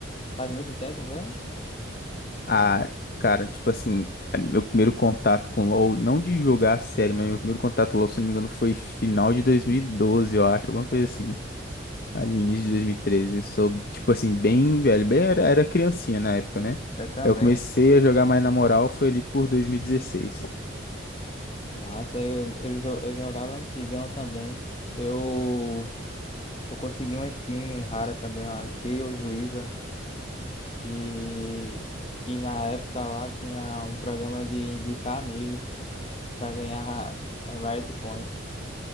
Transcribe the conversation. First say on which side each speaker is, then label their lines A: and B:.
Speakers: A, on the left; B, on the left.
A: faz muito tempo mesmo?
B: Ah, cara, tipo assim, é meu primeiro contato com LoL, não de jogar a série, mas meu primeiro contato com LoL, se não me engano, foi final de 2012, eu acho, alguma coisa assim. ali no início de dois mil e treze Sou, tipo assim, bem velho, bem era, era criancinha na época, né?
A: Eu também.
B: Eu comecei a jogar mais na moral, foi ali por dois mil e dezesseis
A: Massa, eu, eu, jo- eu jogava antigão também. Eu, eu consegui uma skin rara também, uma Kayle Juíza. E, e na época lá tinha um programa de indicar amigos. para ganhar a Riot Points.